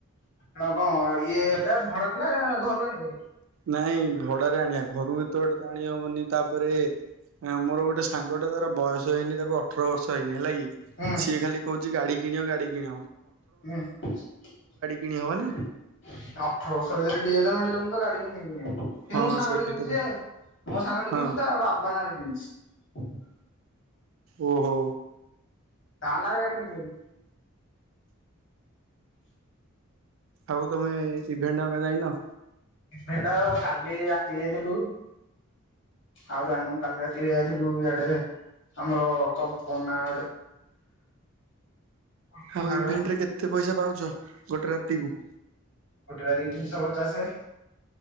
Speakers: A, on the left; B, on the right.
A: ହ କଣ ଇଏ ଏଟା ଭଡାରେ ନା ଘରୁ ଆଣିବ ହାରି।
B: ନାଇଁ ଭଡାରେ ଆଣିବା। ଘରୁ ଏତେ ବାଟେ ତ ଆଣି ହବନି। ତାପରେ ମୋର ଗୋଟେ ଗୋ ସାଙ୍ଗ ଟା ତାର ବୟସ ହେଇନି। ତାକୁ ଅଠର ବର୍ଷ ହେଇନି ହେଲା କିି।
A: ହୁଁ
B: ସିଏ ଖାଲି କହୁଛି ଗାଡି କିଣିବ ଗାଡି କିଣ।
A: ହୁଁ ଅଠର
B: କିଣି ହବନି
A: ବର୍ଷ ଭିତରେ ଡିଏଲା ମିଳିବନି। ଗାଡି କି ନେଇନି କିନ୍ତୁ
B: ହଁ
A: ମୁଁ ସାଙ୍ଗ
B: ସେଇଟା
A: କିଣିଛି
B: ତ
A: ଯେ ମୋ ସାଙ୍ଗ
B: ହଁ
A: କିଣିଛି। ତା ବାବା ନାଁରେ କିଣିଛି। ଉ ହୁ।
B: ଓହୋ।
A: ତା ନାରେ ଗାଡି ମିଳିବନି।
B: ଆଉ ତମେ ଇଭେଣ୍ଟ ଆଡେ ଯାଇନ।
A: ଇଭେଣ୍ଟ କାଲି ରାତିି ଯାଇଥିଲୁ। ଆଉ ଜଣୁ କାଲି ରାତି ଯ ଯାଇଥିଲୁ ଇଆଡେ ଆମର କଲ୍ପନା ଆଡେ। କଳ୍ପନା
B: ଆଉ ଇଭେଣ୍ଟ
A: ଆଡେ
B: ରେ କେତେ ପଇସା ପାଉଛ? ଗୋଟେ ରାତି କୁ।
A: ଗୋଟେ ରାତିକୁ ତିନିଶହ ପଚାସେ।